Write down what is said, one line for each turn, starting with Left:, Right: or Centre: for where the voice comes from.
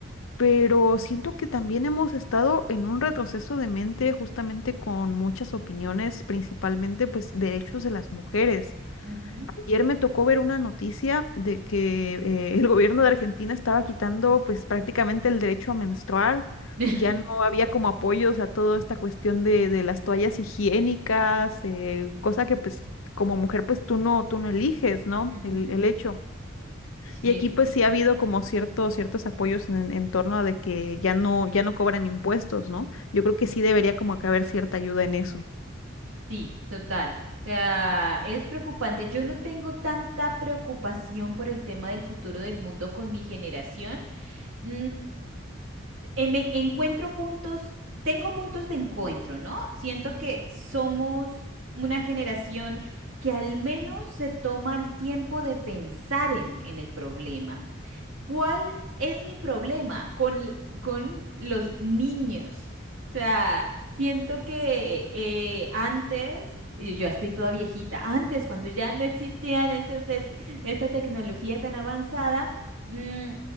Left: pero siento que también hemos estado en un retroceso de mente justamente con muchas opiniones, principalmente pues derechos de las mujeres.
Right: ujú,
Left: Ayer me tocó ver una noticia de que eh, el gobierno de Argentina estaba quitando pues prácticamente el derecho a menstruar.
Right: <laughs>
Left: Ya no había como apoyos a toda esta cuestión de, de las toallas higiénicas, eh, cosa que pues como mujer pues tú no, tú no eliges, ¿no?
Right: ujú.
Left: El, el hecho.
Right: Cierto.
Left: Y aquí pues sí ha habido como ciertos, ciertos apoyos en, en torno a de que ya no, ya no cobran impuestos, ¿no? Yo creo que sí debería como que haber cierta ayuda en eso.
Right: Sí, total. O sea, es preocupante. Yo no tengo tanta preocupación por el tema del futuro del mundo con mi generación. Mm, em- me encuentro puntos, tengo puntos de encuentro, ¿no? Siento que somos una generación que al menos se toma el tiempo de pensar en, en el problema, ¿Cuál es mi problema con, l- con los niños? O sea, siento que eh, antes, y yo ya estoy toda viejita, antes cuando ya no existían esa te- esta tecnología tan avanzada, mm,